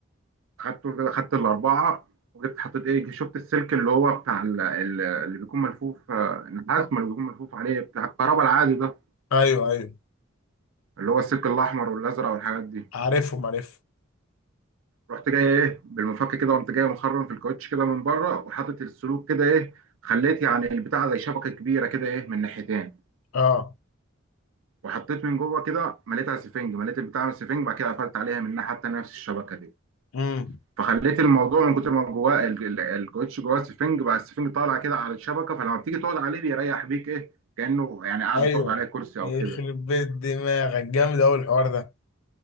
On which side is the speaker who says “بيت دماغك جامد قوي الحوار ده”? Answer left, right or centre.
Left